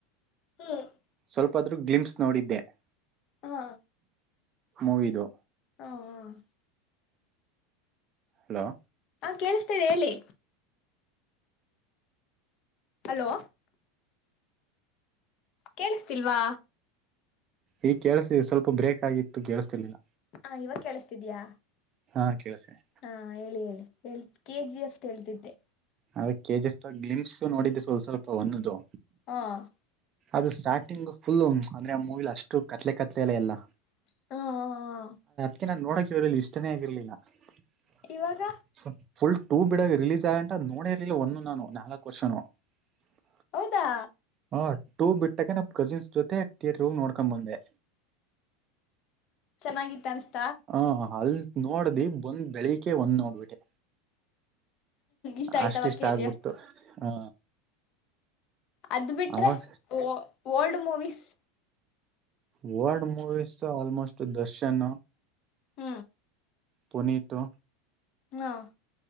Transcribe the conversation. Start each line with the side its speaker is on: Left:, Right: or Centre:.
Left: ಹ್ಮ್.. <inaudible>
Right: ಸ್ವಲ್ಪ ಆದ್ರೂ ಗ್ಲಿಮ್ಸ್ ನೋಡಿದ್ದೆ... <inaudible>
Left: ಹಾ
Right: ಮೊವಿಧು
Left: ಹಾ ಹಾ.... <inaudible>
Right: ಹಲೋ
Left: ಹಾ ಕೇಳಿಸ್ತು ಹೇಳಿ ಹಲೋ ಕೇೇಳಿಸ್ತಿಲ್ವಾ
Right: ಈ ಕೇಳಸ ಸ್ವಲ್ಪ ಬ್ರೇಕ್ ಆಗಿತ್ತು ಕೇಳಸ್ತಿರ್ಲಿಲ್ಲ
Left: ಹಾ ಇವಾಗ ಕೇಳಿಸತಿದ್ಯಾ
Right: ಹಾ ಕೇಳಿಸ್ತಿದೆ
Left: ಹಾ ಹೇಳಿ ಹೇಳಿ ಹ ಕೆಜಿ ಎಫ್ ಹೇಳ್ತಿದ್ದೆ
Right: ಅ ಕೆಜಿ ಎಫ್ ಗ್ಲಿಮ್ಸ್ ನೋಡಿದ್ದೆ ಸ್ವಲ್ಪ ಸ್ವಲ್ಪ ಒಂದದು
Left: ಹಾ <inaudible>
Right: ಅದು ಸ್ಟಾರ್ಟಿಂಗ್ ಫುಲ್ ಅಂದ್ರೆ ಮೂವಿಲಿ ಅಷ್ಟು ಕತ್ಲೆ ಕತ್ಲೆ ಎಲ್ಲ ಎಲ್ಲಾ
Left: ಹಾ ಹ ಹಾ <inaudible>
Right: ಯಕೆ ನಾನ್ ನೋಡಕೆ ಇವ್ರಲ್ಲಿ ಇಷ್ಟನೇ ಆಗರ್ಲಿಲ್ಲ.... <unintelligible>
Left: ಇವಾಗ
Right: ಫುಲ್ ಟೂ ಬಿಡೋಡ್ ರಿಲೀಸ್.. <inaudible> ನೋಡಿರ್ಲಿಲ್ಲ ಒಂದು ನಾನು ನಾಲ್ಕಕ್ ವರ್ಷನು <unintelligible>
Left: ಹೌದಾ
Right: ಹ ಟು ಬಿಟ್ಟಾ ಕಸಿನ್.. <inaudible> ಜೊತೆಟಿರ್ ರೋಗ ನೋಡ್ಕೊಂಡ್ ಬಂದೆ
Left: ಚೆನ್ನಾಗಿತ್ತ ಅನ್ಸ್ತ
Right: ಹಾ ಅಲ್ ನೋಡ್ದಿ ಬಂದ್ ಬೆಳಿಿಕೆ ಒಂದ್ ನೋಡ್ಬಿಟೆ
Left: ಇಷ್ಟ ಆಯ್ತವ
Right: ಅಷ್ಟಿಷ್ಟು
Left: ಕೆ
Right: ಆಗ್ಬಿಡ್ತು
Left: ಜಿ ಎಫ್
Right: ಹಾ.
Left: ಅದ ಬಿಟ್ರ
Right: ಅವಾಗ
Left: ವ old movies.
Right: World movies almost Darshan
Left: ಹ.
Right: ಪುನೀತು.
Left: ಹ್ಮ್.